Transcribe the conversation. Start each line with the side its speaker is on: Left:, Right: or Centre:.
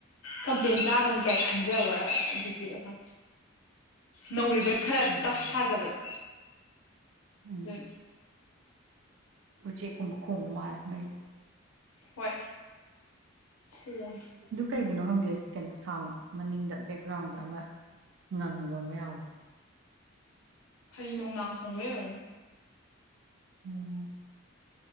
Left: ꯀꯝꯄ꯭ꯂꯦꯟ ꯆꯥꯒꯅꯤ ꯀꯥꯏ ꯈꯟꯖꯕ ꯑꯗꯨꯒꯤꯔ ꯈꯪ
Right: <inaudible>
Left: ꯅꯧꯔꯤꯕꯒꯤ ꯈꯔ
Right: ꯎꯝ
Left: ꯇꯞ ꯁꯥꯖꯕꯗꯣ
Right: ꯎꯝ
Left: <unintelligible>
Right: ꯎꯆꯦꯛꯀꯨꯝꯕ ꯈꯣꯡꯕꯥ ꯃꯥꯜꯂꯤ ꯅꯣꯏꯗꯣ
Left: ꯍꯣꯏ ꯈꫭꯡꯑꯦ
Right: ꯑꯗꯨ ꯀꯩꯒꯤꯅꯣ ꯈꯪꯗꯦ ꯀꯩꯅꯣ ꯁꯥꯎꯟ ꯃꯅꯤꯡꯗ ꯕꯦꯛꯒ꯭ꯔꯥꯎꯟꯗ ꯑꯃ ꯉꯪꯕ ꯑꯃ ꯌꯥꯎꯋꯦ
Left: ꯍꯔꯤ ꯅꯣꯡꯅꯥꯡ ꯈꯣꯡꯕꯒꯤ ꯑꯣꯏꯔꯝꯅꯤ
Right: ꯎꯝ